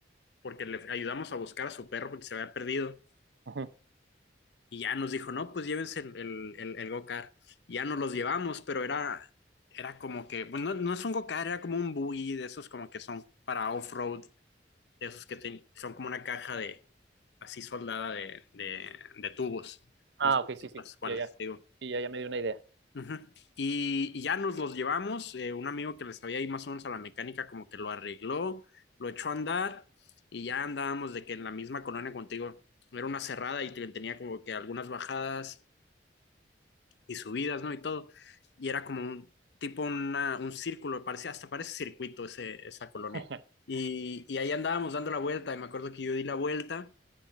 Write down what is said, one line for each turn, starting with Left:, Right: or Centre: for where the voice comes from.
Left: porque le ayudamos a buscar a su perro porque se había perdido.
Right: Ujú.
Left: Y ya nos dijo, no, pues llévense el, el, el, el go-kart. Ya nos los llevamos, pero era, era como que, bueno, no, no es un go-kart, era como un buggy de esos como que son para off-road, de esos que te- son como una caja de, así soldada de, de, de tubos.
Right: Ah,
Left: No sé
Right: ok, sí, sí,
Left: las cuáles,
Right: ya, ya.
Left: digo.
Right: Sí, ya, ya me dio una idea.
Left: Ujú. Y, y ya nos los llevamos, eh, un amigo que les había ido más o menos a la mecánica como que lo arregló, lo echó a andar y ya andábamos de que en la misma colonia contigo era una cerrada y te- tenía como que algunas bajadas y subidas, ¿no? Y todo. Y era como un tipo, una, un círculo, parecía, hasta parece circuito ese, esa colonia.
Right: <laughs>
Left: Y, y ahí andábamos dando la vuelta y me acuerdo que yo di la vuelta,